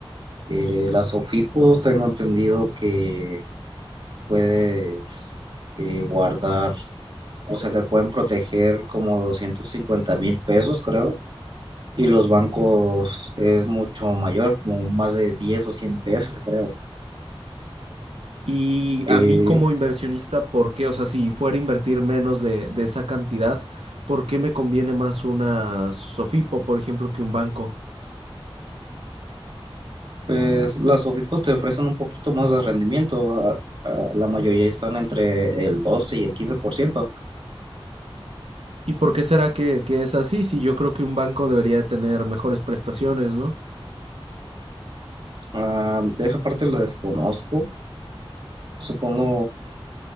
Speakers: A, on the right; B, on the right.
A: Eh, las OFIPOS tengo entendido que puedes eh, guardar, o sea, te pueden proteger como doscientos cincuenta mil pesos, creo. Y los bancos es mucho mayor, como más de 10 o 100 pesos, creo.
B: Y
A: Y
B: a mí como inversionista, ¿por qué? O sea, si fuera a invertir menos de, de esa cantidad, ¿por qué me conviene más una Sofipo, por ejemplo, que un banco?
A: pues las OFIPOS te ofrecen un poquito más de rendimiento. a- a- La mayoría están entre el doce y el quince por ciento
B: ¿Y por qué será que, que es así? Si yo creo que un banco debería de tener mejores prestaciones, ¿no?
A: Ah, de esa parte la desconozco. Supongo